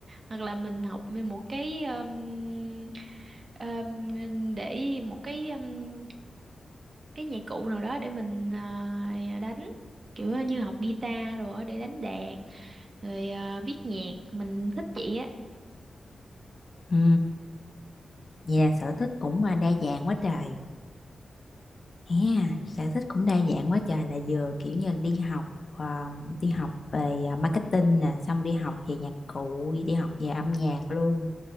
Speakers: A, on the right (about 40°); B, on the left (about 40°).
A: hoặc là mình học một cái ừm, ừm, để một cái ừm, cái nhạc cụ nào đó để mình ờ, à, đánh kiểu như học guitar rồi để đánh đàn rồi ờ, viết nhạc mình thích vậy á
B: ừ vậy là sở thích cũng ờ, đa dạng quá trời ha sở thích cũng đa dạng quá trời là vừa kiểu như là đi học ờ, đi học về ờ, marketing nè xong đi học về nhạc cụ đi học về âm nhạc luôn